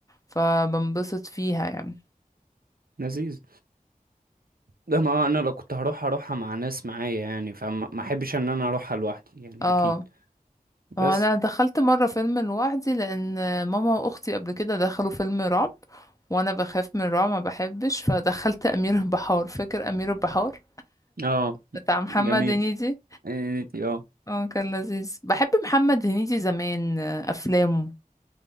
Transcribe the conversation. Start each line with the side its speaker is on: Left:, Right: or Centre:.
Left: فبنبسط فيها يعني
Right: لذيذ ده ما هو انا لو كنت هروح هروحها مع ناس معايا يعني فما ما احبش ان انا اروحها لوحدي يعني
Left: اه
Right: اكيد بس
Left: هو انا دخلت مرة فيلم لوحدي لان ماما واختي قبل كده دخلوا فيلم رعب وانا بخاف من الرعب ما بحبش فدخلت امير البحار فاكر امير البحار
Right: اه
Left: بتاع محمد
Right: جميل
Left: هنيدي
Right: انتي اه
Left: اه كان لذيذ بحب محمد هنيدي زمان آه، افلامه